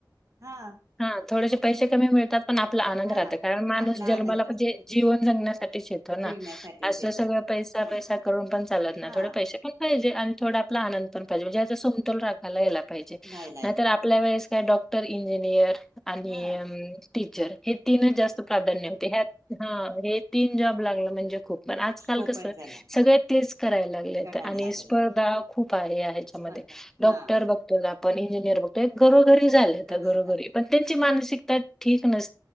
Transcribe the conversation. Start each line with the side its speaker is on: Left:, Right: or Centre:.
Right: हा
Centre: हा थोडेसे पैसे कमी मिळतात पण आपला आनंद
Right: हा
Centre: राहत कारण माणूस
Right: आपला
Centre: जन्माला
Right: आनंद
Centre: म्हणजे जीवन जगण्यासाठीच येतो ना
Right: जीवनासाठीच
Centre: अस
Right: येतो
Centre: सगळ पैसा पैसा करून पण चालत ना
Right: हा
Centre: थोडे पैसे पण पाहिजे आणि थोडा आपला आनंद पण पाहिजे असा समोल राखाला याला पाहिजे.
Right: राहायला
Centre: नाहीतर
Right: येतो
Centre: आपल्या वेळेस काय डॉक् क्टर इंजनियर आणि
Right: हा
Centre: टीचर हे तीनच जास्त प्राधान्य होते ह हा हे तीन जॉब लागलं, म्हणजे खूप पण आजकाल
Right: पोपट
Centre: कस
Right: झाला
Centre: सगळे तेच करायला लागले
Right: करायला
Centre: आणि
Right: लागले
Centre: स्पर्धा खूप आहे. ह्याच्यामध्ये
Right: स्पर्धा हा
Centre: डॉक्टर बघतो! पण इंजीनियर होतोय घरोघरी झालं आता
Right: करत
Centre: घरोघरी पण ते ची मानसिकता ठीक नस